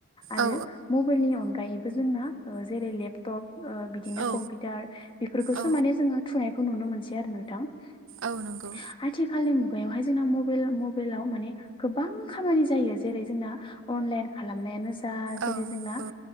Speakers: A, on the left; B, on the right.
A: आरो
B: औ
A: मबेइलनि अनगायैबो जोंना जेरै लेपटप ओ बिदिनो
B: औ
A: कम्पिउटार बेफोरखौसो
B: औ
A: माने जोङो थुनायखौ नुनो मोनसै आरो नोंथां। आथिखालनि
B: औ नंगौ
A: मुगायावहाय जोंना मबेल- मबेइलाव माने गोबां खामानि जेरै जोंना अनलाइन खालामनायानो जा जेरै
B: औ
A: जोंना
B: औ